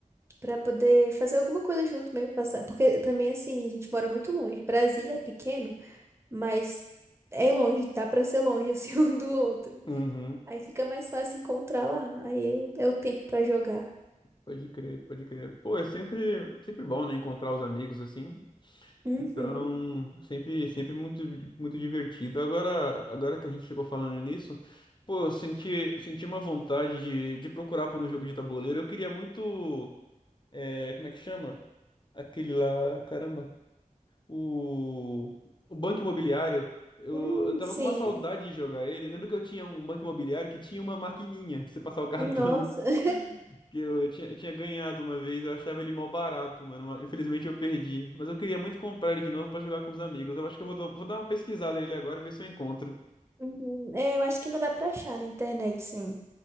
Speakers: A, on the right; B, on the left.
A: pra poder fazer alguma coisa junto mesmo, passar, porque também assim, a gente mora muito longe. Brasília é pequeno, mas é longe, dá pra ser longe assim <laughs> um do outro.
B: uhum.
A: Aí fica mais fácil encontrar lá. Aí é o tempo pra jogar.
B: Pode crer, pode crer. Pô, é sempre, sempre bom, né, encontrar os amigos assim.
A: Uhum.
B: Então, sempre, sempre muito, muito divertido. Agora, agora que a gente ficou falando nisso, pô, eu senti, senti uma vontade de, de procurar por um jogo de tabuleiro. Eu queria muito, é, como é que chama? Aquele lá, caramba. O, o Banco Imobiliário, eu,
A: Hum,
B: eu tava
A: sim.
B: com uma saudade de jogar ele. Eu lembro que eu tinha um Banco Imobiliário que tinha uma maquininha pra você passar o cartão.
A: Nossa.
B: <laughs>
A: <laughs>
B: Que eu, eu tinha, eu tinha ganhado uma vez, eu achava ele mó barato, mano. mas Infelizmente eu perdi. Mas eu queria muito comprar ele de novo pra jogar com os amigos. Eu acho que eu vou, dar- vou dar uma pesquisada nele agora, ver se eu encontro.
A: Uhum. É, eu acho que ainda dá pra achar na internet, sim.